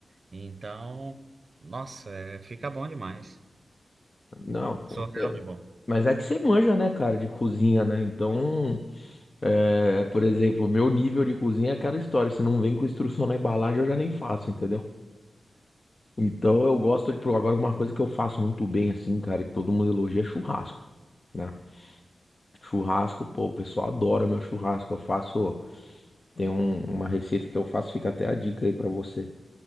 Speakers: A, on the right; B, on the left.
A: então, nossa, é, fica bom demais.
B: Não, pô.
A: Surreal
B: cê-
A: de bom.
B: Mas é que você manja, né, cara, de cozinha, né? Então, é, por exemplo, o meu nível de cozinha é aquela história. Se não vem com instrução na embalagem, eu já nem faço, entendeu? Então eu gosto de. pro- Agora, uma coisa que eu faço muito bem, assim, cara, que todo mundo elogia é churrasco, né? Churrasco, pô, o pessoal adora meu churrasco. Eu faço. Tem um- uma receita que eu faço, fica até a dica aí pra você.